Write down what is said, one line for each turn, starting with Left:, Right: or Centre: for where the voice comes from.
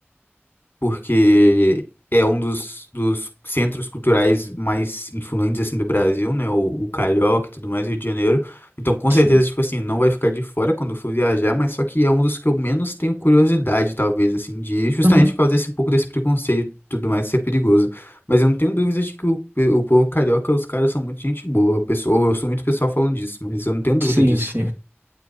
Left: porque é um dos, dos centros culturais mais influentes assim do Brasil, né? O, o Carioca e tudo mais, Rio de Janeiro. Então, com
Right: Sim.
Left: certeza, tipo assim, não vai ficar de fora quando eu for viajar, mas só que é um dos que eu menos tenho curiosidade, talvez, assim, de ir, justamente
Right: Uhum.
Left: por causa desse um pouco desse preconceito e tudo mais ser perigoso. Mas eu não tenho dúvida de que o, o povo carioca, os caras são muito gente boa. O pessoal, eu sou muito pessoal falando disso, mas eu não tenho
Right: Sim,
Left: dúvida disso.
Right: sim.